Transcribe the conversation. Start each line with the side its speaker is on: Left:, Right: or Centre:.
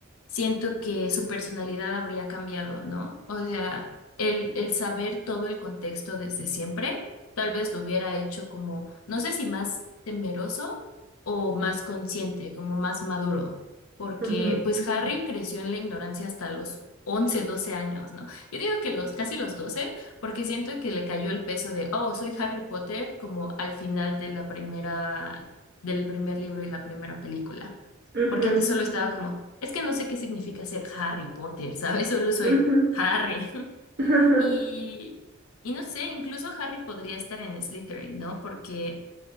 Left: siento que su personalidad habría cambiado, ¿no? O sea, el, el saber todo el contexto desde siempre, tal vez lo hubiera hecho como, no sé si más temeroso o más consciente, como más maduro, porque
Right: ujú,
Left: pues Ujú. Harry creció en la ignorancia hasta los 11 12 años, ¿no? Yo digo que los casi los doce porque siento que le cayó el peso de, oh, soy Harry Potter, como al final de la primera, del primer libro y la primera película.
Right: ujú,
Left: Porque antes solo estaba Mm, como, es que no sé qué significa ser Harry Potter, <laughs> ¿sabes? Solo soy
Right: ujú.
Left: Harry. <laughs>
Right: <laughs>
Left: Y, y no sé, incluso Harry podría estar en Slytherin, ¿no? Porque,